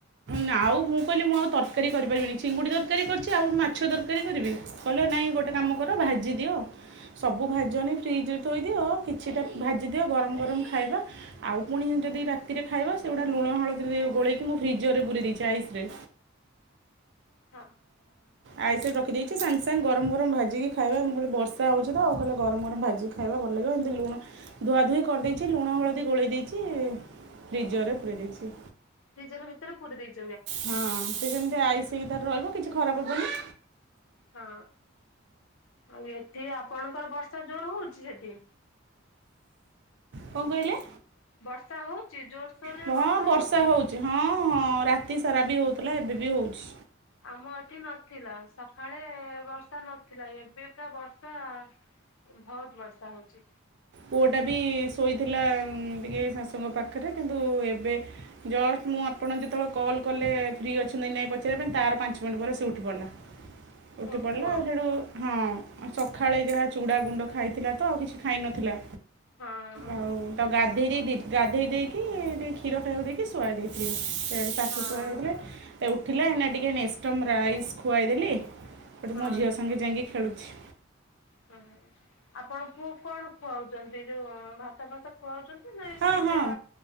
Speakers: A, on the right (about 60°); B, on the left (about 70°).
A: ନା ଆଉ ମୁଁ କହିଲି ମୁଁ ଆଉ ତରକାରୀ କରିପାରିବିନି ଚିଙ୍ଗୁଡ଼ି ତରକାରୀ କରିଛି ଆଉ ମାଛ ତରକାରୀ କରିବି କହିଲେ ନାଇଁ ଗୋଟେ କାମ କର ଭାଜି ଦିଅ। ସବୁ ଭାଜନି ଫ୍ରିଜ୍ ରେ ଥୋଇଦିଅ କିଛିଟା ଭାଜିଦିଅ ଗରମ ଗରମ ଖାଇବା। ଆଉ ପୁଣି ଯଦି ରାତିରେ ଖାଇବା ସେଗୁଡା ଲୁଣ ହଳଦୀରେ ଗୋଳେଇକି ମୁଁ ଫ୍ରିଜରରେ ପୁରେଇ ଦେଇଚି ଆଇସିରେ
B: ହଁ।
A: ଆଇସି ରଖିଦେଇଚି ସାଙ୍ଗେ ସାଙ୍ଗେ ଗରମ ଗରମ ଭାଜିକି ଖାଇବା। ମୁଁ କହିଲ ବର୍ଷା ହେଉଚି ତ କହିଲ ଗରମ ଗରମ ଭାଜି ଖାଇବା ଭଲ ଲାଗିବ ଏମିତି ଲୁଣ ଧୁଆ ଧୋଇ କରିଦେଇଚି ଲୁଣ ହଳଦୀ ଗୋଳେଇ ଦେଇଚି। ଫ୍ରିଜରେ ପୁରେଇ ଦେଇଚି।
B: ଫ୍ରିଜର ଭିତରେ ପୁରେଇ ଦେଇଚି।
A: ହଁ ସେ ସେମିତି ଆଇସି ହେଇକି ତାର ରହିବ କିଛି ଖରାପ ହବନ।
B: ହଁ ଆଉ ଏଠି ଆପଣଙ୍କର ବର୍ଷା ଜୋର ହୋଉଚି ସେଠି?
A: କଣ କହିଲେ?
B: ବର୍ଷା ହୋଉଚି ଜୋରସୋର ରେ
A: ହଁ
B: ବର୍ଷା ହୋଉଚି।
A: ହେଉଛି ହଁ ହଁ ରାତି ସାରା ବି ହୋଉଥିଲା ଏବେ ବି ହୋଉଚି।
B: ଆମ ଏଠି ନଥିଲା ସକାଳେ ବର୍ଷା ନଥିଲା ଏବେ ପୁରା ବର୍ଷା ବୋହୁତ ବର୍ଷା ହୋଉଚି।
A: ପୁଅଟା ବି ଶୋଇଥିଲା ଟିକେ ଶାଶୁଙ୍କ ପାଖରେ କିନ୍ତୁ ଏବେ ଜଷ୍ଟ ମୁଁ ଆପଣ ଯେତେବେଳେ କଲ୍ କଲେ ଫ୍ରି ଅଛନ୍ତି ନାଇଁ ପଚାରିବା ପାଇଁ ତାର ପାଞ୍ଚ ମିନିଟ ପରେ ସେ ଉଠି ପଡିଲା।
B: <unintelligible>
A: ଉଠି ପଡିଲା
B: ପୁଅ
A: ସେଇଠୁ ହଁ ସକାଳେ ଯାହା ଚୁଡାଗୁଣ୍ଡ ଖାଇଥିଲା ତ ଆଉ କିଛି ଖାଇନଥିଲା।
B: ହଁ
A: ଆଉ ତ ଗାଧେଇ ଦେଇ ଦି ଗାଧେଇ ଦେଇକି ଟିକେ କ୍ଷୀର ଖାଇବାକୁ ଦେଇକି ଶୁଆଇ ଦେଇଥିଲି ସିଆଡେ ଶାଶୁ
B: ହଁ
A: ଶୁଆଇ <unintelligible> ଥିଲେ ଉଠିଲା ଏଇନା ଟିକେ ନେଷ୍ଟମ୍ ରାଇସ୍ ଖୁଆଇଦେଲି। ସେଠୁ
B: ହଁ
A: ମୋ ଝିଅ ସାଙ୍ଗେ ଯାଇକି ଖେଳୁଚି।
B: ହୁଁ ଆପଣ ପୁଅକୁ କଣ ଖୁଆଉଚନ୍ତି ଯୋଉ ଭାତ ଫାତ ଖୁଆଉଚନ୍ତି ନାଇଁ ଏ
A: ହଁ
B: ସିଜା।
A: ହଁ